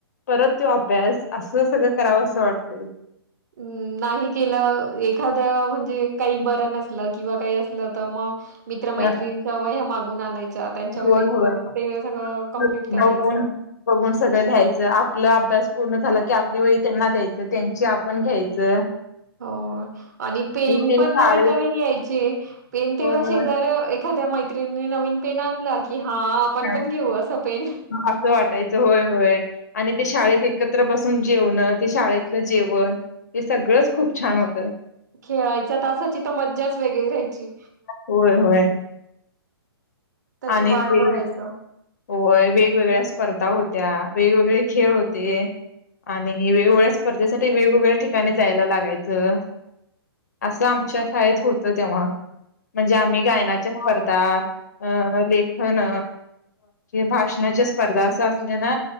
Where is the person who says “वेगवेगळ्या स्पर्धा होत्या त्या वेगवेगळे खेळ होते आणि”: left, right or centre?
Left